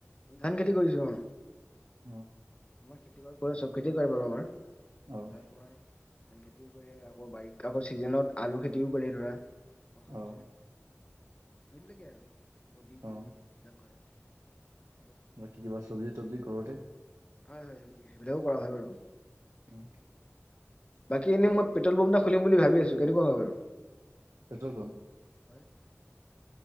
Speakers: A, on the left (about 25°); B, on the right (about 75°).
A: ধান খেতি কৰিছোঁ অ,
B: অ
A: আমাৰ খেতি কৰে, চব খেতি কৰে বাৰু আমাৰ।
B: আহ,
A: ধৰা তোমাৰ ধান খেতিও কৰে, আকৌ বাৰী আকৌ চিজনত আলু খেতিও কৰে ধৰা <unintelligible>
B: অ
A: সেইবিলাকেই আৰু বদি, তিহু
B: অ
A: এইবিলাক কৰে। অলপ
B: বাকী কিবা চব্জি তবজি ঘৰতে।
A: হয়, হয়, সেইবিলাকো কৰা হয় বাৰু।
B: উম,
A: বাকী এনেই মই পেট্ৰল পম্পটা খুলিম বুলি ভাবি আছোঁ কেনেকুৱা হব বাৰু?
B: Petrol pump?
A: <unintelligible>